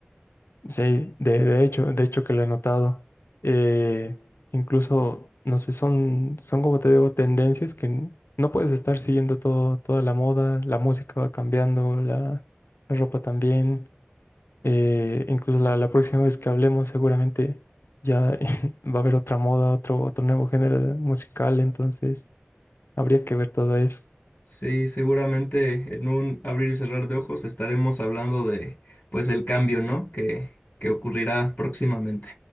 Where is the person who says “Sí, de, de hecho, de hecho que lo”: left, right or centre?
Left